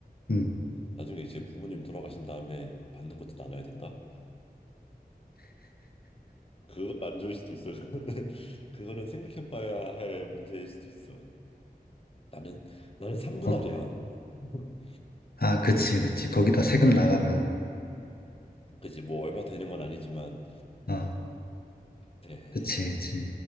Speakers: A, on the left; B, on the left.
A: 음.
B: 나중에 이제 부모님 돌아가신 다음에 받는 것도 나눠야 된다. 그건 안 좋을 수도 있어. <laughs> 그거는 그거는 생각해봐야 할 문제일 수도 있어. 나는 나는 삼분할이야
A: 어,
B: <laughs>
A: 아, 그치, 그치.
B: 음,
A: 거기다 세금 나가면.
B: 그지 뭐 얼마 되는 건 아니지만,
A: 아,
B: 네.
A: 그치, 그치.